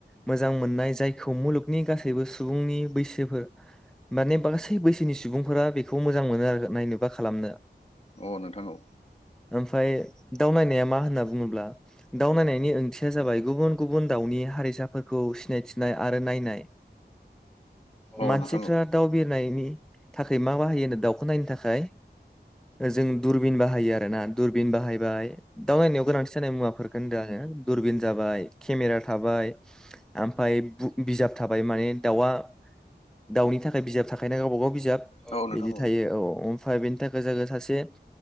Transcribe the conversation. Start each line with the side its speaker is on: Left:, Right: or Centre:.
Centre: मोजां मोननाय जायखौ मुलुगनि गासैबो सुबुं नि <unintelligible> माने बांसे बैसोनि सुबुंफोरा बेखौ मोजां मोनो आरो नायनो बा खालामनो।
Left: औ नोंथां औ
Centre: ओमफ्राय दाउ नायनाया मा होनना बुङोब्ला, दाव नायनायनि ओंथिया जाबाय गुबुन गुबुन दाउनि हारिसाफोरखौ सिनायथिनाय आरो नायनाय।
Left: औ
Centre: मानसिफ्रा
Left: नोंथां औ
Centre: दाउ बिरनायनि थाखै मा बाहायो होनदों दाउखौ नायनो थाखाय, जों दुरबिन बाहायो आरोना, दुरबिन बाहायबाय, दाउ नायनायाव गोनांथि जानाय मुवाफोरफोरखौ होनदों आङो दुरबिन जाबाय, खेमेरा थाबाय, आमफाय बु बिजाब थाबाय माने दाउ आ दाउनि थाखाय बिजाब थाखायोना गावबा गाव बिजाब
Left: औ नोंथां
Centre: बिदि थायो। औ औ ओमफ्राय बेनि थाखो जाङो सासे